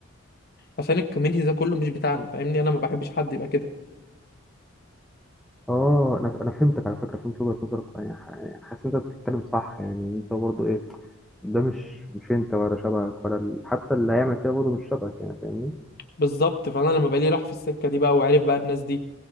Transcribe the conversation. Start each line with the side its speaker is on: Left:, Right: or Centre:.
Left: عشان الكوميونتي ده كله مش بتاعنا فاهمني انا ما بحبش حد يبقى كده
Centre: اه انا انا فهمتك على فكرة فهمت وجهة نظرك يعني ح- يعني حاسس ان انت بتتكلم صح يعني انت برضه ايه ده مش مش انت ولا شبهك ولا ال... حتى اللي هيعمل كده برضه مش شبهك يعني فاهمني
Left: بالظبط فانا لما بقى لي راح في السكه دي بقى وعرف بقى الناس دي